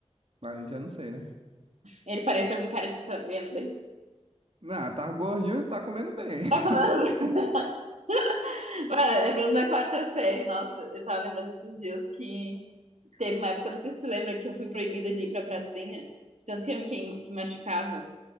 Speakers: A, on the right; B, on the right.
A: Aí já não sei, né?
B: Ele parece algum cara de tá ganhando bem.
A: Ah, tá gordinho e tá comendo bem.
B: Tá
A: <laughs>
B: comendo
A: Isso eu sei.
B: bem. <laughs> Bah, lembrando da quarta série, nossa, eu tava lembrando esses dias que teve uma época, não sei se você lembra, que eu fui proibida de ir pra pracinha, de tanto que eu me queim- que machucava.